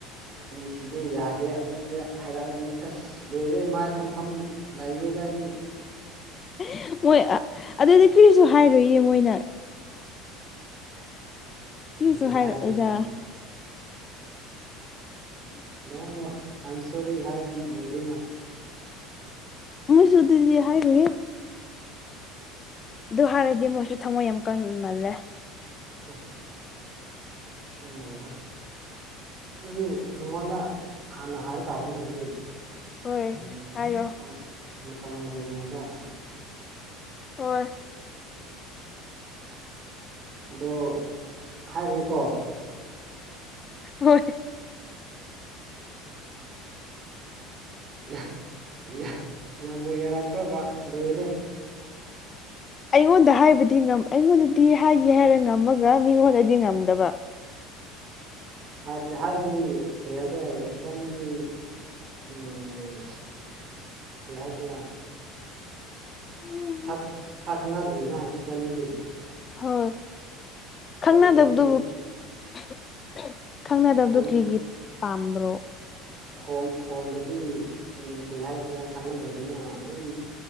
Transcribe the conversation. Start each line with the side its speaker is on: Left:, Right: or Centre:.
Right: ꯑꯦ ꯅꯨꯡꯁꯤꯗꯦ ꯌꯥꯗꯦ ꯑꯗꯨ <unintelligible> ꯍꯥꯏꯔꯛꯑꯗꯤ ꯑꯁ ꯂꯣꯏꯔꯦ ꯃꯥꯏ ꯊꯝꯐꯝ ꯂꯩꯔꯣꯏꯗꯥ ꯑꯩꯗꯤ
Left: <unintelligible> ꯃꯣꯏ ꯑꯥ ꯑꯗꯨꯗꯤ ꯀ꯭ꯔꯤꯁꯨ ꯍꯥꯏꯔꯣꯏꯌꯦ ꯃꯣꯏꯅ ꯀꯔꯤꯁꯨ
Right: ꯀ꯭ꯔꯤꯁꯨ
Left: ꯍꯥꯏꯔꯛꯑꯣꯏꯗ
Right: ꯍꯥꯏꯔꯨꯏ ꯀꯥꯏꯅ ꯅꯣ ꯅꯣ ꯑꯥꯏꯝ ꯁꯣꯔꯤ ꯍꯥꯏꯔꯗꯤ ꯂꯣꯏꯔꯦꯅ
Left: ꯃꯣꯏꯁꯨ ꯑꯗꯨꯗꯤ ꯍꯥꯏꯔꯣꯏꯌꯦ ꯗꯨ ꯍꯥꯏꯔꯗꯤ ꯃꯣꯏꯁꯨ ꯊꯃꯣꯏ ꯌꯥꯝ ꯀꯟꯃꯜꯂꯦ
Right: <unintelligible> ꯈꯪꯗꯔꯦꯗꯥ ꯑꯗꯨꯗꯤ ꯅꯉꯣꯟꯗ ꯍꯥꯟꯅ ꯍꯥꯏꯕ ꯇꯥꯔꯦꯅꯦ ꯍꯧꯖꯤꯛ
Left: ꯍꯣꯏ
Right: ꯑꯦꯃꯦꯠ
Left: ꯍꯥꯏꯌꯣ
Right: ꯇꯪ ꯃꯇꯝ ꯂꯩꯔꯤꯉꯩꯗ
Left: ꯍꯣꯏ
Right: ꯑꯗꯣ ꯍꯥꯏꯔꯒꯦꯀꯣ
Left: ꯍꯣꯏ
Right: ꯌꯥꯏ ꯌꯥꯏ ꯌꯥꯝꯕꯨ ꯌꯥꯔꯛꯇ꯭ꯔꯕ ꯂꯣꯏꯔꯦ
Left: ꯑꯩꯉꯣꯟꯗ ꯍꯥꯏꯕꯗꯤ ꯉꯝ ꯑꯩꯉꯣꯟꯗꯗꯤ ꯍꯥꯏꯒꯦ ꯍꯥꯏꯔ ꯉꯝꯃꯒ ꯃꯤꯉꯣꯟꯗꯗꯤ ꯉꯝꯗꯕ
Right: ꯑꯦ ꯍꯛꯀꯥ ꯍꯥꯏꯗꯤ ꯀꯩ ꯍꯥꯏꯁꯤꯔ ꯏꯕꯟꯅꯤꯗꯤ ꯎꯝ <unintelligible> ꯀꯔꯤ ꯍꯥꯏꯁꯤꯔ
Left: <unintelligible>
Right: ꯥꯁꯛ ꯁꯛ ꯈꯪꯅꯗ꯭ꯔꯤꯅ ꯈꯣ ꯏꯕꯟꯅꯤꯗꯤ
Left: ꯍꯣꯏ ꯈꯪꯅꯗꯕꯗꯨꯕꯨ
Right: ꯐꯣꯟꯗꯗꯤ
Left: <unintelligible> ꯈꯪꯅꯗꯕꯗꯨ
Right: ꯐꯣꯟ
Left: ꯀ꯭ꯔꯤꯒꯤ ꯄꯥꯝꯕ꯭ꯔꯣ?
Right: ꯐꯣꯝ ꯐꯣꯟꯗꯗꯤ ꯎꯝ ꯀꯩ ꯍꯥꯏꯁꯤꯔꯥ ꯈꯪꯅꯗ꯭ꯔꯕꯤꯟꯅ ꯑꯗꯨꯝ